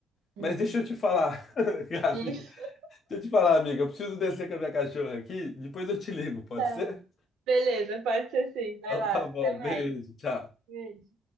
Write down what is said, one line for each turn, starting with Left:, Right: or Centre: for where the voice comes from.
Right: Uhum.
Left: Mas deixa eu te falar, <laughs> Gabi,
Right: <laughs>
Left: deixa eu te falar, amiga, eu preciso descer com a minha cachorra aqui, depois eu te ligo, pode
Right: Tá.
Left: ser?
Right: Beleza, pode ser sim. Vai
Left: Então
Right: lá.
Left: tá
Right: Até
Left: bom,
Right: mais.
Left: beijo, tchau.
Right: Beijo.